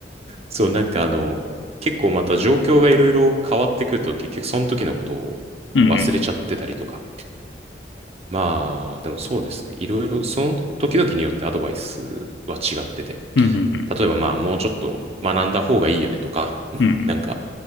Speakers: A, on the right; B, on the left.
A: そう、なんかあの、結構また状況がいろいろ変わってくると結局その時のことを
B: うんうん。
A: 忘れちゃってたりとか。まあ、でもそうですね。いろいろその時々によってアドバイスは違ってて。
B: うんうん
A: 例えばまあもうちょっと学んだ方がいいよねとか、<laughs>
B: うん。うん
A: なんか、